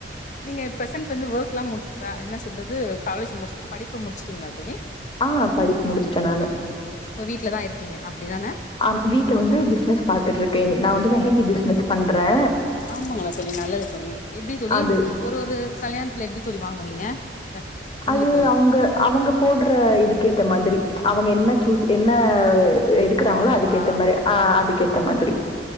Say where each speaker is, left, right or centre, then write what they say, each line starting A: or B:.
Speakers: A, on the left; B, on the left.
A: நீங்க பிரசென்ஸ் வந்து வொர்க்ல்லா முடிச் ப என்ன சொல்றது காலேஜ் முடிச் படிப்ப முடிச்ட்டீங்ளா தோழி
B: ஆ படிப் முடிச்சுட்டே நானு
A: இப்போ வீட்ல தா இருக்கீங்க அப்டிதானே
B: ஆம் வீட்ல வந்து பிஸ்னஸ் பாத்துட்டுருக்கேங் நா வந்து மெஹந்தி பிஸ்னஸ் பண்றே
A: ஆமாங்ளா தோழி நல்லது தோழி எப்டி தோழி
B: அது
A: ஒரு ஒரு கல்யாண்த்ல எப்டி தோழி வாங்குவீங்க மெஹந்தி
B: அது
A: போடுறதுக்கு
B: அவுங்க அவுங்க போடுற இதுக்கு ஏத்த மாதிரி அவங்க என்ன சூஸ் என்ன எடுக்றாங்ளோ
A: மாடல்
B: அதுக்கேத்த
A: ஆ
B: மாரி ஆ அதுக்கேத்த மாதிரி